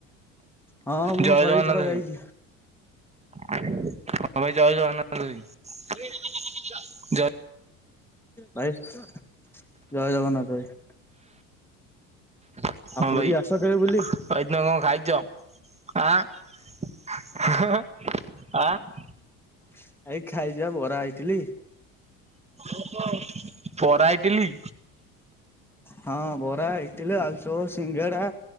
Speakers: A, in the centre; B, on the right.
A: ହଁ ମୁଁ
B: ଜୟ
A: ଥରେ
B: ଜଗନ୍ନାଥ
A: ଦିଥର
B: ଭାଇ
A: ଯାଇଚି।
B: ହଁ ଭାଇ ଜୟ ଜଗନ୍ନାଥ <unintelligible> ଜୟ
A: ଭାଇ ଜୟ ଜଗନ୍ନାଥ ଭାଇ।
B: ହଁ
A: ଆଉ ପୁରୀ ଆସ
B: ଭାଇ
A: କେବେ ବୁଲି।
B: ଭାଇ ତମେ କଣ ଖାଇଛ ଆଁ? ଆଁ।
A: ଭାଇ ଖାଇକିପା ବରା ଇଟିଲି।
B: ଆଉ କଣ ବରା, ଇଟିଲି?
A: ହଁ ବରା, ଇଟିଲି, ଆଳୁଚପ, ସିଙ୍ଗେଡା,